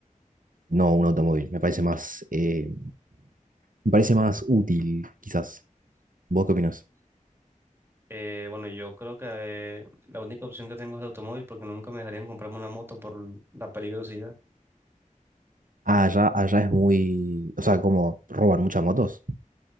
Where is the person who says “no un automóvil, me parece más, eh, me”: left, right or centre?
Right